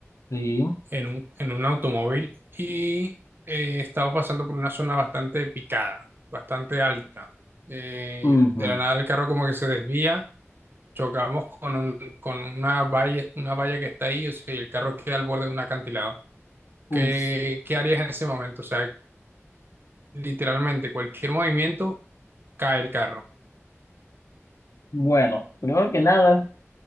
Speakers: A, on the left; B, on the right.
A: Sí.
B: en un, en un automóvil, y eh, estamos pasando por una zona bastante picada, bastante alta. Eh,
A: Ujú.
B: de la nada el carro como que se desvía, chocamos con, un- con una valla, una valla que está ahí, o sea, el carro queda al borde de un acantilado.
A: Uf.
B: ¿Qué, qué harías en ese momento? O sea, literalmente cualquier movimiento cae el carro.
A: Bueno, primero que nada,